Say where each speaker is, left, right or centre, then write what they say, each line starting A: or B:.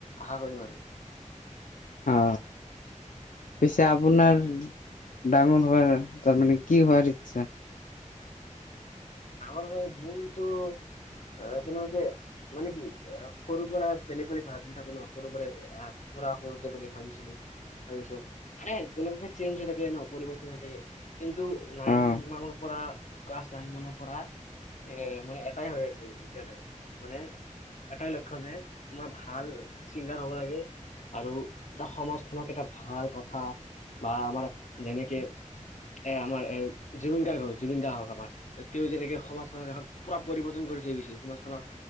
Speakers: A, on the left; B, on the left.
A: আশা কৰিম আমি
B: <unintelligible> অ পিছে আপোনাৰ ডাঙৰ হোৱাৰ তাৰমানে কি হোৱাৰ ইচ্ছা
A: আমাৰ ভাগৰ মূলটো আহ তেনেকুৱাকে মানে কি সৰুৰ পৰা বেলেগ বেলেগ ভাবি থাকো ন সৰুৰ পৰাই আহ পুৰা সৰুতে বুলি ভাবিছিলো তাৰপিছত মানে তেনেক চেঞ্জ হৈ থাকে ন পৰিৱৰ্তন হৈ থাকে কিন্তু নাইন
B: হয়
A: মানৰ পৰা ক্লাছ নাইন মানৰ পৰা এ মানে এটাই হৈ আছে এতিয়ালৈ মানে এটাই লক্ষ্য যে মই ভাল চিংগাৰ হব লাগে আৰু এটা সমাজখনক এটা ভাল কথা বা আমাৰ যেনেকে এ আমাৰ এ জুবিন গাৰ্গ হওক জুবিনদাৰ হওক আমাৰ তেওঁ যেনেকে সমাজখনক এখন পুৰা পৰিৱৰ্তন কৰি থৈ গৈছে সমাজখনত